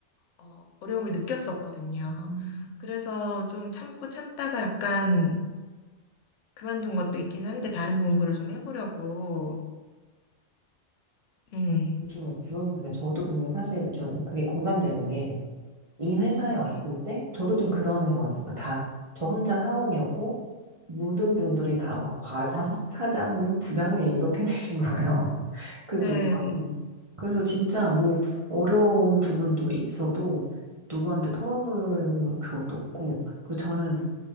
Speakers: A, on the left (about 80°); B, on the right (about 35°).
A: 어, 어려움을 느꼈었거든요.
B: 음.
A: 그래서 좀 참고 참다가 약간 그만둔 것도 있긴 한데 다른 공부를 좀 해보려고, 음,
B: 요즘에 그런, 근데 저도 근데 사실 좀 그게 공감되는 게, 이 회사에 왔을
A: 네.
B: 때, 저도 좀 그런 거였어요. 다, 저 혼자 사원이었고, 모든 분들이 다 막 과장, <laughs> 사장님, 부장님 이렇게 <laughs> 되신 거예요. 그
A: 네,
B: 부분. 그래서 진짜 뭐 어려운 부분도 있어도 누구한테 털어놓을 것도 없고, 그 저는